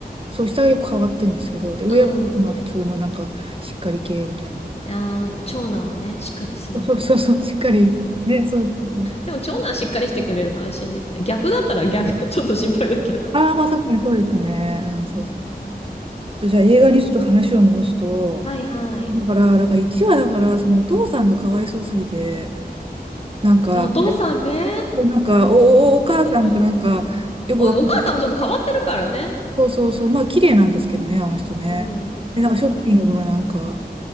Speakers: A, on the right; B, on the left.
A: そう、下は結構変わってんですけど、で、上はまあ普通のなんか、
B: うん。い
A: しっかり系みたいな。
B: やー、やっぱ長男はね、しっかりするんだね。
A: そうそうそう、しっかり。ね、そうそうそうそう。
B: でも長男しっかりしてくれるの安心ですね。逆だったら逆、<laughs> ちょっと心配だけど。
A: ああ、まあ確かにそうですね。うん、そうですね
B: うん。
A: ちょっとじゃあ映画にちょっと話を戻すと、
B: はいはい。
A: だから、だから1話だから、そのお父さんがかわいそうすぎて、なんか、
B: あ、お父さんね。
A: そうなんか、お、お、お母さんがなんか、
B: わかる。
A: よくわかんない。
B: お、お母さんもちょっと変わってるからね。
A: そうそうそう、まあ綺麗なんですけどね、あの人ね。
B: うん、わかる。
A: で、なんかショッピングのなんか、